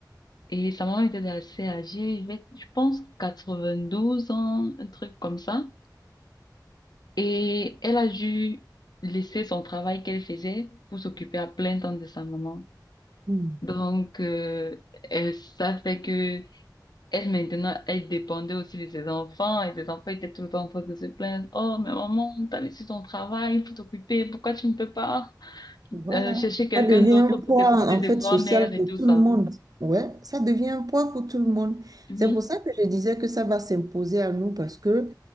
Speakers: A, on the left (about 65°); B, on the right (about 55°).
A: Et sa maman était assez âgée, elle avait, je pense 92 ans, un truc comme ça. Et elle a dû laisser son travail qu'elle faisait pour s'occuper à plein temps de sa maman.
B: Mm.
A: Donc, euh, elle- ça fait que elle maintenant, elle dépendait aussi de ses enfants et ses enfants étaient tout le temps en train de se plaindre. Oh, mais maman, t'as laissé ton travail pour t'occuper. Pourquoi tu ne peux pas
B: Voilà.
A: euh, chercher quelqu'un
B: Ça devient
A: d'autre
B: un
A: pour
B: poids,
A: t'occuper
B: en
A: des
B: fait,
A: grands-mères
B: social
A: et
B: pour
A: tout
B: tout
A: ça?
B: le monde. Ouais, ça devient un poids pour tout le monde.
A: Oui,
B: C'est pour ça que je disais que ça va s'imposer à nous parce que